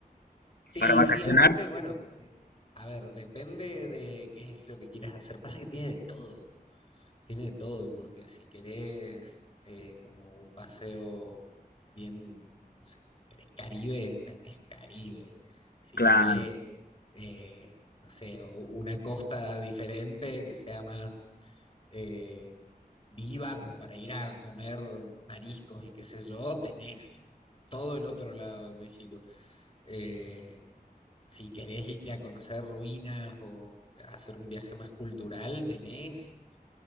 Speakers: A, on the left; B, on the left.
A: Sí,
B: para vacacionar.
A: sí, aparte, bueno, eh, a ver, depende de qué es lo que quieras hacer. Pasa que tiene de todo, tiene de todo, porque si querés eh, como un paseo bien, no sé, si querés Caribe, tenés Caribe. Si
B: Claro.
A: querés,
B: claro.
A: eh, no sé, u- una costa diferente que sea más eh, viva, como para ir a comer mariscos y qué sé yo, tenés todo el otro lado de México. Eh, si querés ir a conocer ruinas o a hacer un viaje más cultural, tenés